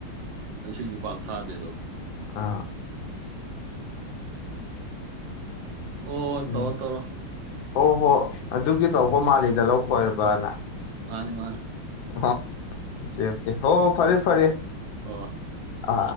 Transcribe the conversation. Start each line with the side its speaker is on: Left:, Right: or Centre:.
Right: ꯑ ꯏꯁꯩ ꯄꯥꯡ ꯊꯥꯗꯦꯗꯣ
Left: ꯑꯥ
Right: ꯑꯣ
Left: ꯎꯝ
Right: ꯇꯧꯔꯣꯇꯧꯔꯣ
Left: ꯍꯣ ꯍꯣ ꯑꯗꯨꯒꯤ ꯇꯧꯕ ꯃꯥꯜꯂꯤꯗ ꯂꯧꯈꯣꯏꯔꯕꯅ
Right: ꯃꯥꯅꯤ ꯃꯥꯅꯤ
Left: <unintelligible> ꯍ ꯐꯔꯦ ꯐꯔꯦ
Right: ꯍꯣꯏ ꯍꯣꯏ
Left: ꯑ